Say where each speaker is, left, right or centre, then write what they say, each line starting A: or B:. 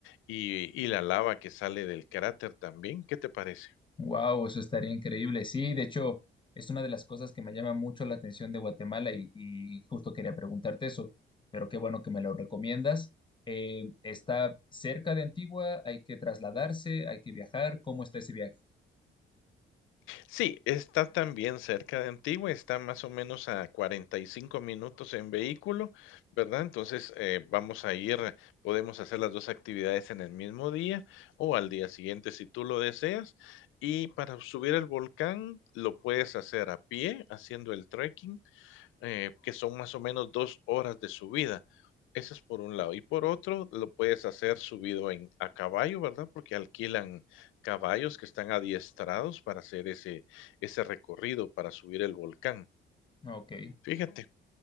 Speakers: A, on the left; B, on the left.
A: y, y la lava que sale del cráter también. ¿Qué te parece?
B: Wow, eso estaría increíble. Sí, de hecho, es una de las cosas que me llama mucho la atención de Guatemala y, y justo quería preguntarte eso, pero qué bueno que me lo recomiendas. Eh, ¿está cerca de Antigua? ¿Hay que trasladarse? ¿Hay que viajar? ¿Cómo está ese viaje?
A: Sí, está también cerca de Antigua, está más o menos a 45 minutos en vehículo, ¿verdad? Entonces, eh, vamos a ir, podemos hacer las dos actividades en el mismo día o al día siguiente si tú lo deseas. Y para subir al volcán lo puedes hacer a pie, haciendo el trekking, eh, que son más o menos dos horas de subida. Eso es por un lado. Y por otro, lo puedes hacer subido en, a caballo, ¿verdad? Porque alquilan caballos que están adiestrados para hacer ese, ese recorrido, para subir el volcán.
B: Ok.
A: Fíjate.